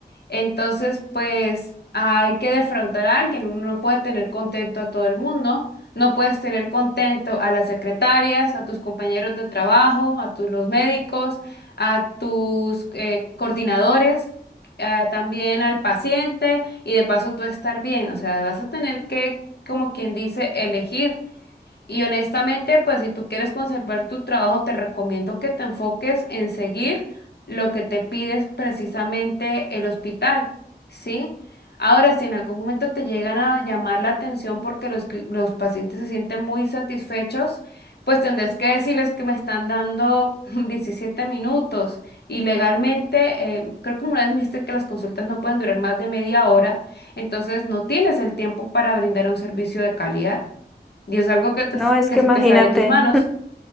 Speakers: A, on the left; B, in the centre.
A: Entonces, pues hay que defraudar a alguien. Uno no puede tener contento a todo el mundo. No puedes tener contento a las secretarias, a tus compañeros de trabajo, a tus los médicos, a tus eh, coordinadores, a- también al paciente y de paso tú estar bien. O sea, vas a tener que, como quien dice, elegir. Y honestamente, pues si tú quieres conservar tu trabajo, te recomiendo que te enfoques en seguir lo que te pides precisamente el hospital, ¿sí? Ahora, si en algún momento te llegan a llamar la atención porque los, cli- los pacientes se sienten muy satisfechos, pues tendrás que decirles que me están dando <laughs> 17 minutos y legalmente, em, creo que una vez me dijiste que las consultas no pueden durar más de media hora, entonces no tienes el tiempo para brindar un servicio de calidad. Y es algo que, te
B: No, es
A: que
B: que
A: se
B: imagínate.
A: te sale de tus manos.